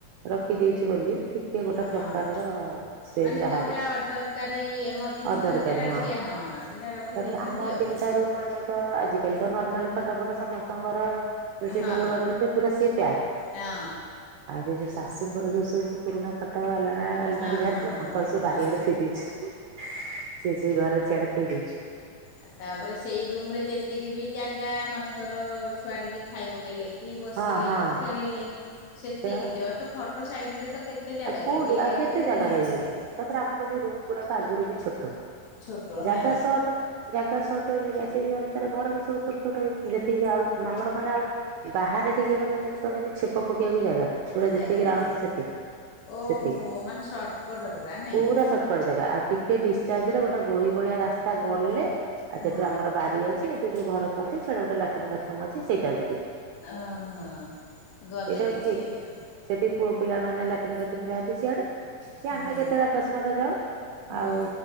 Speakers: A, on the right (about 80°); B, on the left (about 80°).
A: ରଖିଦେଇଛୁ ବୋଲିି କି କିଏ ଗୋଟେ
B: ହଁ।
A: ପ୍ରକାରର ଫେଜେ
B: ମାନେ
A: ବାହାରିଛି
B: ଯୋଉଟା ଅଦରକାରୀ ଏମର୍ଜେନ୍ସି
A: ଅଦରକାରୀ
B: ନୁହଁ ସେଇଟା
A: ହଁ।
B: ଟିକେ ହଁ ସେଇଟା ରଖିଦେଇଛନ୍ତି
A: ତାପରେ ଆମ
B: ଆଉ।
A: ତିନିଟା ରୁମୁ ଆମେ ତ ଆଜିକାଲି ତ ନର୍ମାଲ ଖଟ ଫଟ ସମସ୍ତଙ୍କର ରୋଷେଇ
B: ହଁ
A: ଘର ଗଡେଜେ ପୁରା ସିଲି ପ୍ୟାକ
B: ହଁ
A: ଆଉ ଯ ଯୋଉ ଶାଶୁଙ୍କର ଯୋଉ ସବୁ ପୁରୁଣା ଖଟ, ଆଲେଣା, ଆଲମାରୀ
B: ହଁ
A: ଯାହା
B: ହଁ
A: ଥିଲା
B: ହଁ
A: ତାଙ୍କର ସବୁ ବାରିଆଡେ
B: ହଁ।
A: ଥୋଇ ଦେଇଚି। ସିଏ ସିଏ ଘରେ ସିଆଡେ ଥୋଇଦଉଛି।
B: ଆଉ ତାପରେ ସେଇ ରୁମୁ ରେ ଯେତିକି ବି ଜାଗା ମାନେକର ଛୁଆ ଟିକେ ଖାଇ ପକେଇଲେ କି ବସିଲେ
A: ହଁ ହଁ
B: କି ଖେଳିଲେ ସେତିକି
A: ସେ ଆଉ
B: ଜଷ୍ଟ ଖଟ ସାଇଡି ରେ ତ କେ କେତେ ଜାଗା
A: କୋଉଠି
B: କି ଦି ହାତେ
A: ଆଉ କେତେ
B: କି
A: ଜାଗା
B: ତିନି
A: ରହିବ
B: ହାତେ ଜାଗା।
A: କି ତାପରେ ଆମର ବି ରୁମୁ ଗୁଡାକ ଆଗରୁ ବି ଛୋଟ।
B: ଛୋଟ
A: ଜାଗା
B: ନା
A: ସଟ ଜାଗା ସଟ ବୋଲି ସେଇ ଅନୁ ତାର ଘର ବି ସବୁ ଛୋଟ ଛୋଟ ହେଇଚି ଯେତିକି ଆଉ ମାମର ମାନେ ଆଉ ବାହାରେ ଟିକେ ମାନେ ଯେମିତି କଲେ ଛେପ ପକେଇବାକୁ ଜାଗାନାହିଁ ପୁରା ଯେତିକି
B: ଜାଗା
A: ରାଉଣ୍ଡୁ
B: ନାଇଁ
A: ସେତିକି।
B: ଓହୋ
A: ସେତିକି
B: ମାନେ ସର୍ଟକଟ ନାଇଁ
A: ପୁରା ସଟକଟ ଜାଗା ଆଉ। ଟିକେ ଡିସଚାର୍ଜ ରେ ଗୋଟେ ଗୋହି ଭଳିଆ ରାସ୍ତା ଗଲେ ଆଉ ସେଠୁ
B: ହଁ
A: ଆମର ବାରି ଅଛି ଏବେ ଯୋଉ ଘର କରିଚି ସେଇଟା ଗୋଟେ ଲାଟିନ୍ ବାଥରୁମୁ ଅଛି ସେଇଟାକୁ ଯି
B: ଅ ହଁ ଗଲେ
A: ସେଇଟା
B: କିଛି
A: କିଏ
B: ଏନ
A: ସେଠି ପୁଅ ପିଲାମାନେ ଲାଟିନ୍ ଫାଟିନ୍ ଯାଆନ୍ତି ସିଆଡେ। କି
B: ହୁଁ
A: ଆମେ କେତେବେଳେ ଆକସ୍ମାକ ଯାଉ
B: ହୁଁ
A: ଆଉ